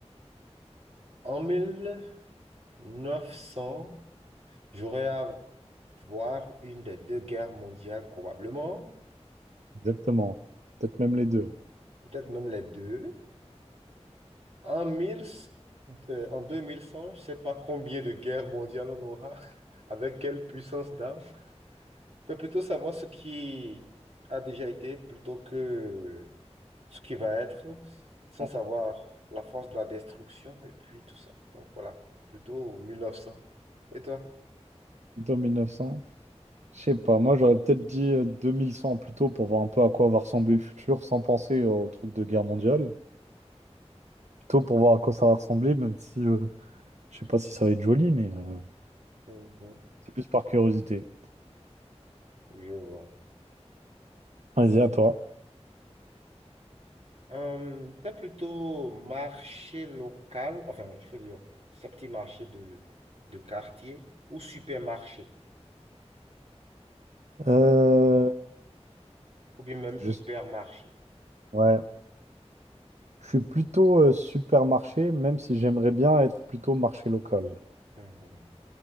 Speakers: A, on the right (about 65°); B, on the right (about 85°).
A: En mille neuf cents j'aurais à voir une des deux guerres mondiales probablement,
B: Exactement. Peut-être même les deux.
A: peut-être même les deux. En 1000, euh, en 2100 je ne sais pas combien de guerres mondiales on aura, <laughs> avec quelle puissance d'âme. Je peux plutôt savoir ce qui a déjà été plutôt que ce qui va être sans
B: Ah,
A: savoir la force de la destruction et puis tout ça. Donc voilà, plutôt mille neuf cents Et toi?
B: Plutôt mille neuf cents. Je sais pas, moi j'aurais peut-être dit euh, 2100 plutôt pour voir un peu à quoi va ressembler le futur sans penser au truc de guerre mondiale. Plutôt pour voir à quoi ça va ressembler, même si euh, je sais pas si ça va être joli, mais euh,
A: Mhm,
B: c'est plus par curiosité.
A: je vois.
B: Vas-y, à toi.
A: Euh, t'as plutôt marché local, enfin, je veux dire, ce petit marché de, de quartier ou supermarché,
B: Euh,
A: ou bien même
B: juste,
A: hypermarché.
B: ouais. Je suis plutôt euh, supermarché, même si j'aimerais bien être plutôt marché local.
A: Mhm.